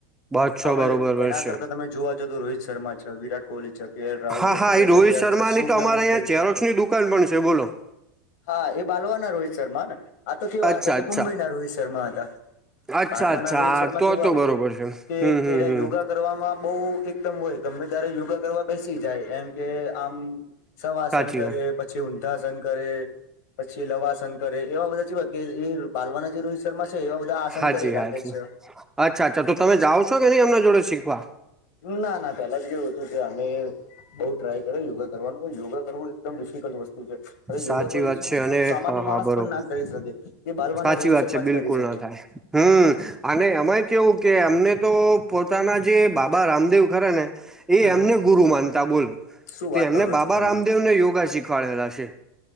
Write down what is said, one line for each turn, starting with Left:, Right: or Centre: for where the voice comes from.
Centre: બસો
Left: હવે
Centre: બરોબર
Left: એના
Centre: છે
Left: કરતા તમે જોવા જો તો રોહિત શર્મા છે વિરાટ કોહલી છે કે એલ રાહુલ
Centre: હા
Left: છે
Centre: હા
Left: શ્રેયસ
Centre: એ રોહિત
Left: અયર
Centre: શર્માની
Left: છે શુભનમ
Centre: તો અમારે અહીંયા
Left: ગિલ છ.
Centre: ચેરોક્સની દુકાન પણ છે બોલો
Left: હા, એ બાલવા ના રોહિત શર્મા ને, આ તો કેવા
Centre: અચ્છા
Left: હતા કે
Centre: અચ્છા
Left: મુંબઈના રોહિત શર્મા હતા.
Centre: અચ્છા
Left: બાલમા
Centre: અચ્છા
Left: ના રોહિત
Centre: હા
Left: શર્મા
Centre: તો
Left: કેવા
Centre: તો
Left: હોય
Centre: બરોબર છે હમ
Left: કે એયરા
Centre: હમ હમ
Left: યોગા કરવામાં બહુ એકદમ હોય ગમે તારે યોગા કરવા બેસી જાય એમ કે આમ સવાસન
Centre: સાચી
Left: કરે,
Centre: વાત
Left: પછી ઊંધાસન કરે પછી લવાસન કરે, એવા બધા જેવાય કે એ બાલવાના જે રોહી ત શર્મા છે એવા બધા આસન
Centre: હાજી
Left: કરી રાખે
Centre: હાજી
Left: છે.
Centre: અચ્છા- અચ્છા તો તમે જાઓ છો કે નહીં એમના જોડે શીખવા.
Left: ના- ના પેલા જેવું હતું તે અમે બઉ ટ્રાય કરે યોગા કરવાનું પણ યોગા કરવું એકદમ ડિફિકલ્ટ વસ્તુ છે.
Centre: સાચી
Left: યોગા કોઈ
Centre: વાત છે અને
Left: સામાન્ય
Centre: હા
Left: માણસ
Centre: હા બરોબર
Left: પણ ના કરી શકે. એ બાલમાં
Centre: સાચી
Left: ના રોહિત
Centre: વાત
Left: શર્મા
Centre: છે
Left: જ
Centre: બિલકુલ
Left: કરી શકે.
Centre: ના થાય હમ અને આમાંય કેવું કે અમને તો પોતાના જે બાબા રામદેવ ખરા ને, એ
Left: હમ
Centre: અમને
Left: હમ
Centre: ગુરુ માનતા બોલો.
Left: શું
Centre: તે
Left: વાત
Centre: અમને
Left: કરો
Centre: બાબા
Left: છો તમે
Centre: રામદેવ ને યોગા શીખવાડેલા છે.